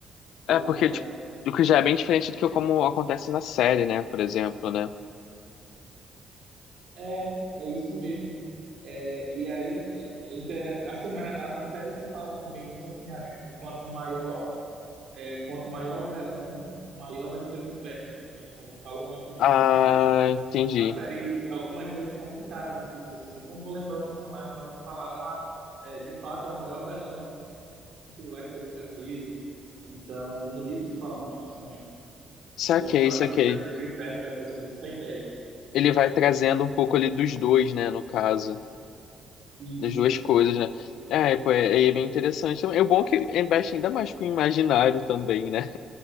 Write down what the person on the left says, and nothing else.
É, porque,
tipo, o que já é bem diferente do que como acontece na série, né? Por exemplo, né?
Ah,
entendi.
Saquei,
saquei.
Ele vai trazendo um pouco ali dos dois, né? No caso,
das duas coisas, né? É, pô, é, é bem interessante. É bom que investe ainda mais com o imaginário também, né?